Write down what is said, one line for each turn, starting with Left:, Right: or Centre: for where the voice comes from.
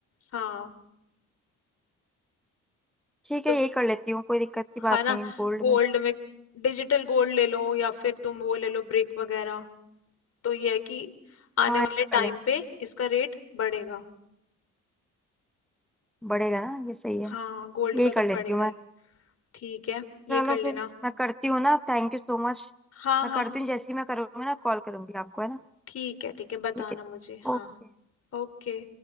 Left: हाँ
Centre: ठीक
Left: तो
Centre: है यही कर लेती हूँ कोई दिक्कत की बात
Left: है ना
Centre: नहीं गोल्ड
Left: गोल्ड
Centre: में
Left: में डिजिटल गोल्ड ले लो या फिर तुम वो ले लो ब्रिक वगैरह तो ये है कि आने
Centre: हाँ ऐसा
Left: वाले
Centre: कर
Left: टाइम
Centre: लेंगे
Left: पे इसका रेट बढ़ेगा
Centre: बढ़ेगा ना ये सही है
Left: हाँ गोल्ड
Centre: यही
Left: का
Centre: कर
Left: तो
Centre: लेती
Left: बढ़ेगा
Centre: हूँ मैं
Left: ही ठीक है ये
Centre: चलो
Left: कर लेना
Centre: फिर मैं करती हूँ ना थैंक यू सो मच
Left: हाँ
Centre: मैं
Left: हाँ
Centre: करती हूँ जैसे ही मैं करूँगी ना कॉल करूंगी आपको है ना
Left: ठीक है ठीक है बताना
Centre: ठीक है ठीक
Left: मुझे
Centre: है
Left: हाँ
Centre: ओके
Left: ओके